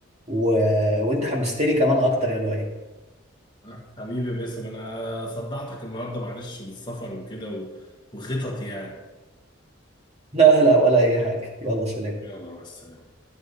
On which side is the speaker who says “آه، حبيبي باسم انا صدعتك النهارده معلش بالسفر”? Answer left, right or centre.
Left